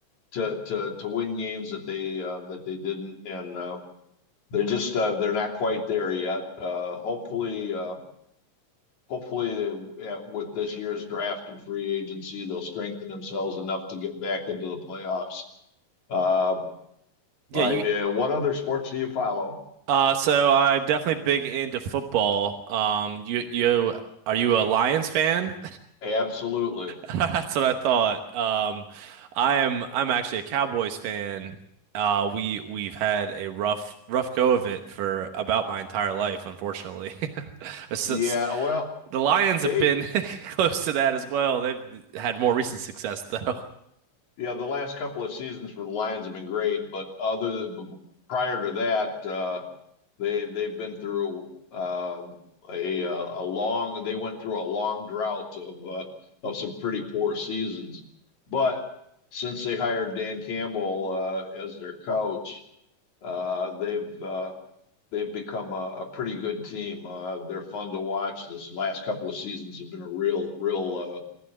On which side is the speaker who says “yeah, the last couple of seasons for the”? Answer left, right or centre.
Left